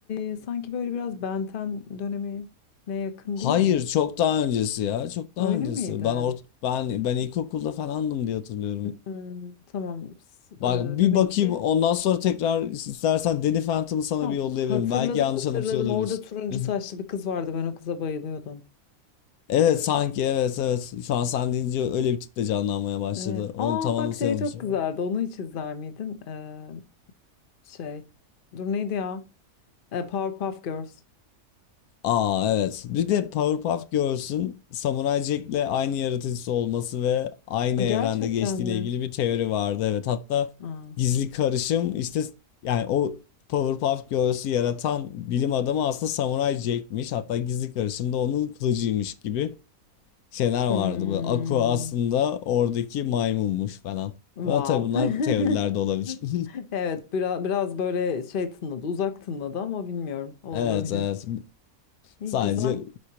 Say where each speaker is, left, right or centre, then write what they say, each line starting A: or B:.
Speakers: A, on the left (about 45°); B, on the left (about 85°).
A: e, sanki böyle biraz Benten dönemi ne yakın
B: Hayır,
A: değil mi ya?
B: çok daha öncesi ya. Çok
A: Öyle
B: daha öncesi.
A: miydi?
B: Ben ort ben ben ilkokulda falandım diye hatırlıyorum.
A: Hmm, tamam. S-
B: Bak
A: e,
B: bir
A: demek
B: bakayım
A: ki
B: ondan sonra tekrar istersen Danny Phantom'ı sana
A: tam
B: bir yollayabilirim.
A: hatırladım
B: Belki yanlış
A: hatırladım.
B: anımsıyor olabilirsin.
A: Orada turuncu
B: <laughs>
A: saçlı bir kız vardı. Ben o kıza bayılıyordum.
B: Evet sanki evet evet. Şu an sen deyince öyle bir tip de canlanmaya başladı.
A: Evet.
B: Onu
A: Aa
B: tam anımsayamamışım.
A: bak şey çok güzeldi. Onu hiç izler miydin? Ee, şey. Dur neydi ya? Ee, Powerpuff Girls.
B: Aa evet. Bir de Powerpuff Girls'ün Samurai Jack'le aynı yaratıcısı olması ve aynı evrende
A: Gerçekten
B: geçtiğiyle
A: mi?
B: ilgili bir teori vardı. Evet hatta
A: Aa.
B: gizli karışım işte yani o Powerpuff Girls'ü yaratan bilim adamı aslında Samurai Jack'miş. Hatta gizli karışım da onun kılıcıymış gibi şeyler vardı.
A: Hmm.
B: Böyle Aqua aslında oradaki maymunmuş falan.
A: Wow.
B: Ama tabii bunlar
A: <laughs>
B: teorilerde olabilir. <laughs>
A: Evet biraz, biraz böyle şey tınladı. Uzak tınladı ama bilmiyorum. Olabilir.
B: Evet evet.
A: İyi
B: Sadece
A: güzel.